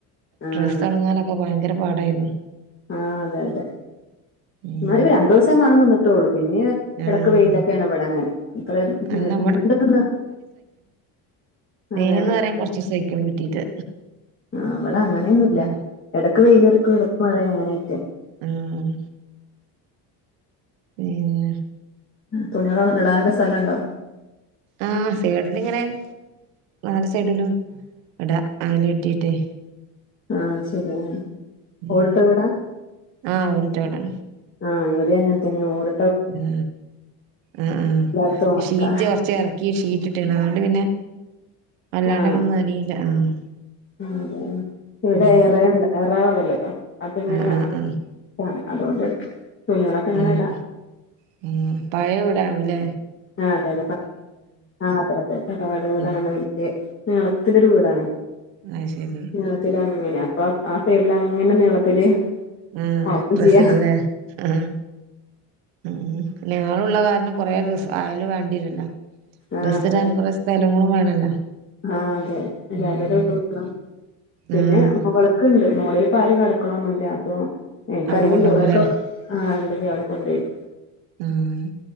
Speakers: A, on the left (about 30°); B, on the right (about 85°).
A: ആഹ്
B: ഡ്രസ്സൊണ്ങ്ങാനൊ ങ്ങാൻ ഭയങ്കര പാടായിരുന്നു.
A: ആഹ് അതെ യതെ
B: ഉം
A: ന്നാല് രണ്ടിസം മഴ നിന്ട്ടൊള്ളൂ പിന്നെ
B: ആഹ്
A: എടക്ക് വെയ്ലെക്കെണ് വടെ ങ്ങനെ ഇത്ര
B: എന്നാ
A: <unintelligible>
B: വെയ്ലെന്ന്
A: അതെ
B: പറയാൻ കൊറ്ച്ചീസയ്ക്ക്‌ണ് കിട്ടീട്ട്.
A: ഉം ഇബടെ അങ്ങനൊന്നുല്ല
B: ഉം
A: എടക്ക് വെയിലെര്ക്കും എടക്കു മഴ അങ്ങനെയ്ട്ടെ
B: ഉം പിന്നെ
A: തുണികള് <unintelligible> ഇടാനൊക്കെ സ്ഥലണ്ടോ?
B: ആഹ് സൈഡില്ങ്ങനെ നാല് സൈഡിലും ഇടാ അയ്ലെട്ടിട്ടേ
A: ആഹ് ശെര്യന്നെ
B: ഉം
A: ഓടിട്ടെ വിടാ?
B: ആഹ് ഓട് ട്ട വീടാണ്.
A: ആഹ് ഇവടിം അങ്ങൻത്തേനെ ഓട്
B: ഉ ആഹ് ആഹ്
A: എല്ലായിടത്തും ഉണക്കാ
B: ഷീറ്റ് കൊറ്ച്ച് എറ് കീഷീറ്റിട്ട്ണ് അതൊണ്ട് പിന്നെ വല്ലാണ്ടെന്നും
A: ആഹ്
B: നനീല്ല. ആഹ്
A: അതെ ഇവടെ
B: ഉം
A: ഒറോ ണ്ട് ഒറോരെലൊക്കെ അതെങ്ങെന്യാ
B: ആഹ് ആഹ്
A: അ
B: ആഹ്
A: <unintelligible> അതൊണ്ട് തുണികളൊക്കെങ്ങനെടാ
B: ഉം ഉം പഴയ വീടാവൂല്ലേ?
A: ആഹ് അതെ അതെ പ ആഹ് അതെ അതെ തറവാട് വീടാണ്
B: ഉം
A: വെല്യയെ നീളത്തിലൊരു വീടാണ്.
B: ആഹ് ശരി
A: നീളത്തിലാണ് ഇങ്ങനെ അപ്പൊ ആഹ് സൈഡിൽ അങ്ങനെ നീളത്തില്.
B: ആഹ്
A: ഉണക്കും
B: ഡ്രസ്സ്
A: ചെയ്യാ
B: ഇടല്ലേ ആഹ്. ഉം ഞങ്ങള് ഉള്ള കാരണം കൊറെ ഡ്രസ്സ്‌ ആയാലും വേണ്ടിവരില്ലല്ലോ
A: ആഹ്
B: ഡ്രസ്സ്
A: അതെ
B: ഇടാൻ
A: അതെ
B: കൊറെ സ്ഥ സ്ഥലങ്ങളും വേണല്ലോ.
A: ആഹ് അതെ എല്ലാവരോടും
B: ഉം
A: വീട് വെക്കണം പിന്നെ
B: ആഹ്
A: മോളി ക്ണ്ട് മോളില് പ്പാരും കട്ക്ണൊന്നുല്ല അപ്പൊ എനിക്ക്
B: അവിടെ
A: അധികം
B: കൊണ്ടോടൂലേ
A: കൊറെക്ക ആഹ് ഇണ്ടെനി അവിടെ കൊണ്ടിടും
B: ആഹ്